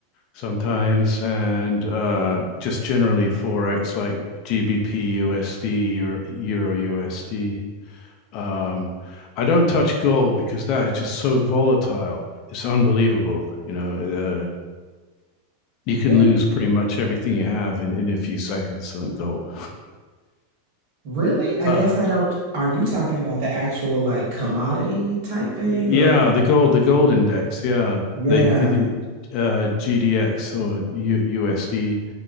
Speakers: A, on the left; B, on the right.
A: sometimes and uh, just generally forex like GBP USD Euro, Euro USD. Um, I don't touch gold because that is just so volatile. It's unbelievable. You know, uh, you can
B: Yeah,
A: lose pretty much everything you have in, in a few seconds on gold.
B: really? I
A: <laughs> uh,
B: guess I don't. Are you talking about the actual like commodity type thing,
A: yeah,
B: or are you?
A: the gold, the gold index. Yeah,
B: Yeah.
A: the the uh, GDX or USD